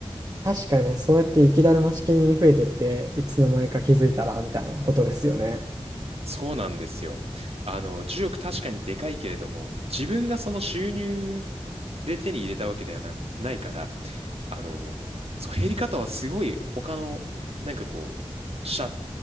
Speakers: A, on the right (about 35°); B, on the right (about 70°).
A: 確かに、そうやって雪だるま式に増えていって、いつの間にか気づいたら、みたいなことですよね。
B: そうなんですよ。あの、10億確かにでかいけれども、自分がその収入で手に入れたわけではな、ないから、あの、そう、減り方はすごい他の、なんかこう、社、